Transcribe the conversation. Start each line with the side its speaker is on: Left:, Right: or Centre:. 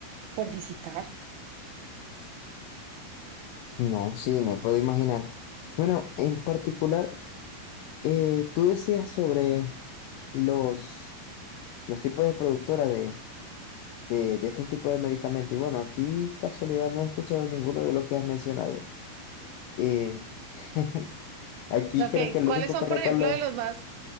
Right: por visitar.
Left: No, sí, me puedo imaginar. Bueno, en particular, eh, tú decías sobre los, los tipos de productora de de, de estos tipos de medicamentos. Y bueno, aquí casualidad no he escuchado ninguno de los que has mencionado. Eh, <laughs> aquí
Right: Ok,
Left: creo que lo
Right: ¿cuáles
Left: único
Right: son,
Left: que
Right: por
Left: recuerdo
Right: ejemplo,
Left: es,
Right: de los más